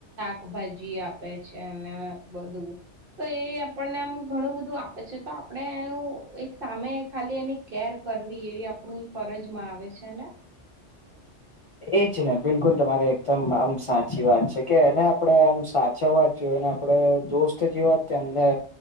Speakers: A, on the right; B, on the left.
A: શભાજી આપે છે અને બધું તો એ આપણને આમ ઘણું બધું આપે છે તો આપડણે એનું એક સામે ખાલી એની કેર કરવી એવી આપણી ફરજમાં આવે છે ને
B: એ જ ને બિલકુલ તમારે એકદમ આમ સાચી વાત છે કે એને આપડે આમ જવા જોઈએ આપડે દોસ્ત જે વાત એમને